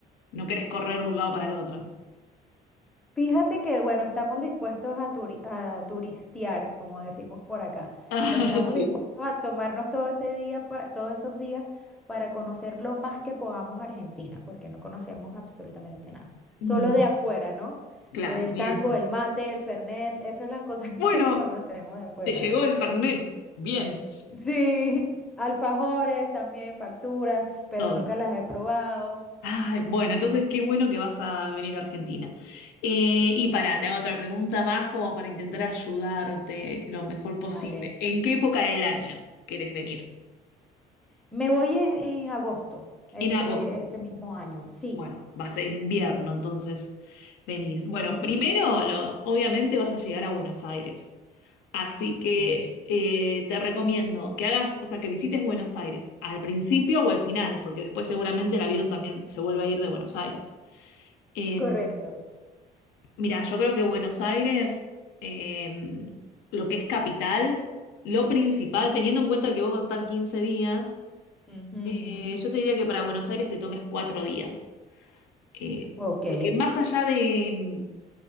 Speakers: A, on the left; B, in the centre.
A: no querés correr de un lado para el otro. <laughs>
B: Fíjate que, bueno, estamos dispuestos a, turi- a turistear, como decimos por acá.
A: Ah,
B: Estamos
A: sí.
B: dispuestos a tomarnos todo ese día, pa- todos esos días para conocer lo más que podamos Argentina, porque no conocemos absolutamente nada. Solo
A: Mm,
B: de afuera, ¿no?
A: Claro,
B: El
A: bien.
B: tango,
A: bien.
B: el mate, el fernet, esas son las cosas <laughs>
A: Bueno,
B: que conocemos de afuera.
A: te llegó el Fernet. Bien,
B: Sí, alfajores también, facturas, pero
A: todo.
B: nunca
A: en orden.
B: las he probado.
A: Ay, bueno, entonces qué bueno que vas a venir a Argentina. Eh, y para, te hago otra pregunta más como para intentar ayudarte lo mejor posible.
B: Vale.
A: ¿En qué época del año querés venir?
B: Me voy en, en agosto, este,
A: En agosto.
B: este mismo año. Sí.
A: Bueno, va a ser en invierno, entonces venís.
B: Ujú.
A: Bueno, primero, lo- obviamente vas a llegar a Buenos Aires. Así que
B: Ujú,
A: eh, te recomiendo que hagas, o sea, que visites Buenos Aires al principio o al final, porque después seguramente el avión también se vuelve a ir de Buenos Aires. Eh,
B: Es correcto.
A: mira, yo creo que Buenos Aires, eh, lo que es capital, lo principal, teniendo en cuenta que vos vas a estar 15 días,
B: ujú.
A: eh, yo te diría que para Buenos Aires te tomes cuatro días Eh,
B: Ok,
A: porque más allá de,